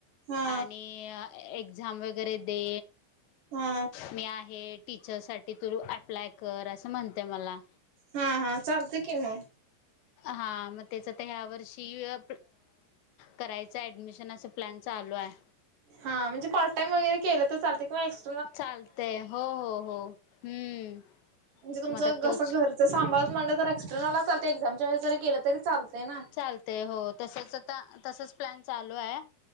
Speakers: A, on the right (about 55°); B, on the left (about 80°).
A: हा
B: आणि एक्झाम वगैरे ते
A: हा
B: मी आहे टीचर साठी तु अप्लाय कर असं म्हणते मला.
A: हा हा चालते की मग.
B: हा मग तेच ते ह्या वर्षी अ करायचं ऍडमिशन असं प्लॅन चालू आहे.
A: हां म्हणजे पार्टटाईम वगैरे केलं तर चालते कींवा एक्स
B: चालतेय हो हो हो हम्म.
A: म्हणजे तुमचं
B: मग आता
A: कसं
B: तोच
A: घरच सांबाळत म्हणलं तर एक्स्टर्नल चालते एक्झामच्या वेळी जरी गेलं तरी चालते ना.
B: चालतेय हो,, तसच आता, तसच प्लॅन चालू आहे.